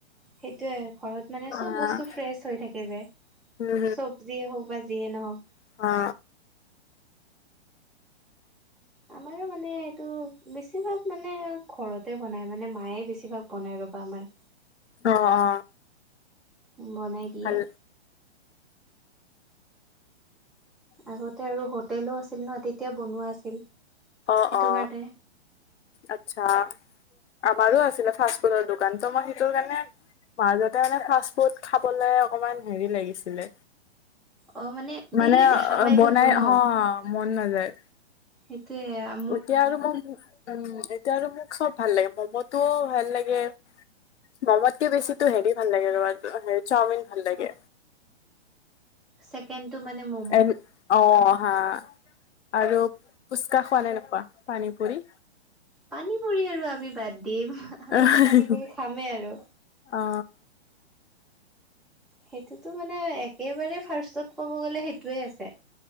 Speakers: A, in the centre; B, on the left.
A: সেইটোয়ে ঘৰত মানে
B: অ',
A: চব বস্তু ফ্ৰেচ হৈ থাকে যে।
B: উম
A: চবজিয়ে হওক বা যিয়ে নহওক।
B: অ
A: আমাৰো মানে এইটো বেছিভাগ মানে ঘৰতে বনাই মানে মায়ে বেছি বেছিভাগ বনাই ৰ'বা আমাৰ
B: অ অ অ
A: বনাই দিয়ে।
B: ভাল
A: আগতে আৰু হোটেলো আছিল ন তেতিয়া বনোৱা আছিল সেইটো
B: অ অ
A: কাৰণে।
B: আচ্ছা আমাৰো আছিলে ফাষ্ট-ফুডৰ দোকান ত মই সেইটো কাৰণে মাজতে মানে ফাষ্ট -ফুড খাবলে অকমান হেৰি লাগিছিলে
A: অ',
B: মানে
A: ডেইলি দেখা পাই
B: বনাই
A: থাকো ন।
B: হ মন নাযায়।
A: এইটোয়ে আ
B: এতিয়া আৰু মই উম এতিয়া আৰু মোক চব ভাল লাগে ম'ম'টোও ভাল লাগে। ম'মতকে বেছিটো হেৰি ভাল লাগে ৰবা তোমাৰ হেৰি চাওমিন ভাল লাগে।
A: ছেকেণ্ড টো মানে ম-
B: এন অ হা আৰু ফুচকা খোৱা নে নোখোৱা পানী পুৰি
A: পানী পুৰি আৰু আমি বাদ দিম আমিতো
B: অহ হি
A: পানী
B: হি হি
A: পুৰি খামেই আৰু।
B: অ
A: সেইটোতো মানে একেবাৰে ফাৰ্ষ্টত ক'ব গ'লে সেইটোৱে আছে।